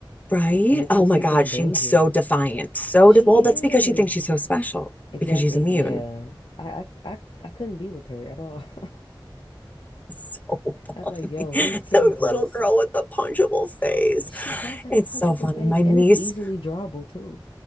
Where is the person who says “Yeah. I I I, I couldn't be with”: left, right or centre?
Left